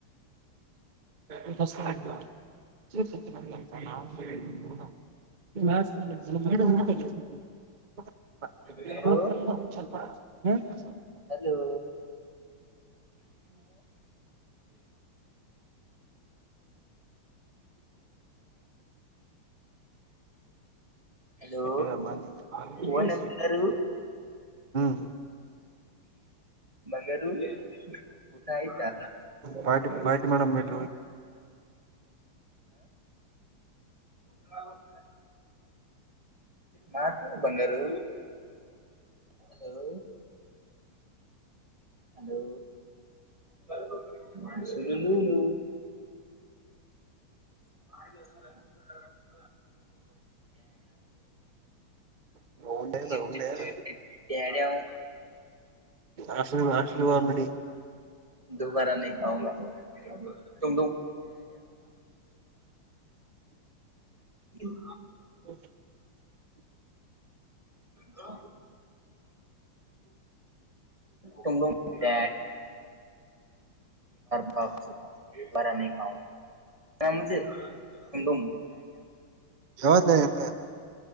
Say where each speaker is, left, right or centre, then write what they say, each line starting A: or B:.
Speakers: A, on the right; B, on the right.
A: ಚ ಹ ಹ್ಮ್
B: ಹಲೋ ಹಲೋ ಹಲೋ
A: ಹ ನ್ಲ್ಲ
B: ಓನ ಬಂಗಾರು
A: ಹ್ಮ್
B: ಬಂಗಾರು ಊಟ ಆಯ್ತಾ
A: ಪ್ಟಿ ಪಟಿ ಮೇಡಮ ಮಟ
B: ಹ ಮಾತ ಬಂಗಾರು ಹಲೋ ಹಲೋ ಸ ಮಾಡ ಆ
A: ಹ ಹಂಡೇದ
B: ಜಿಪ್
A: ಹಂಡದ
B: ಜಿಪ್ ಜಿಪ್ ಜಿಪ್ ಡ್ಯಾಡ್ಯಾವ್
A: ಆಸಲ ಆಸಲ ಆಲ್ರೆಡಿ
B: ದುಬಾರಾ ನೀ ಕಾಂಗಾ ತುು ಇವು
A: <unintelligible> <inaudible>
B: ಹ ತುಮಂಬ ಬ ಬ ಸಿ ಬಾರಾತ ಮು ತು ತು
A: ಶವತ ನ ಅಂತ